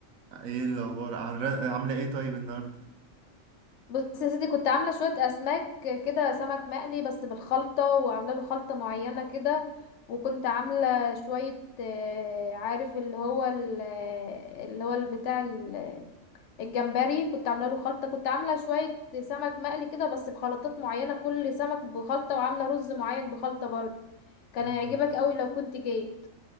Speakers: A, on the right; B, on the left.
A: ايه الاخبار عامله عاملة ايه طيب النهارده
B: بص يا سيدي كنت عاملة شوية أسماك كده سمك مقلي بس بالخلطة وعاملة له خلطة معينة كده وكنت عاملة شوية آه، عارف اللي هو ال- آه، اللي هو ال- بتاع ال- آه، الجمبري كنت عاملة له خلطة كنت عاملة شوية سمك مقلي كده بس بخلطات معينة كل سمك بخلطة وعاملة رز معين بخلطة برضه كان
A: مم.
B: هيعجبك قوي لو كنت جيت